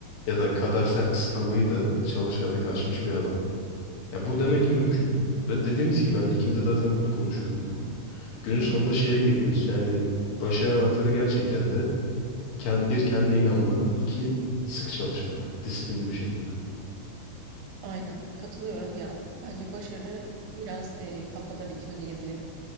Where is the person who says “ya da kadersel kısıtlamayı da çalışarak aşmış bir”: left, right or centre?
Left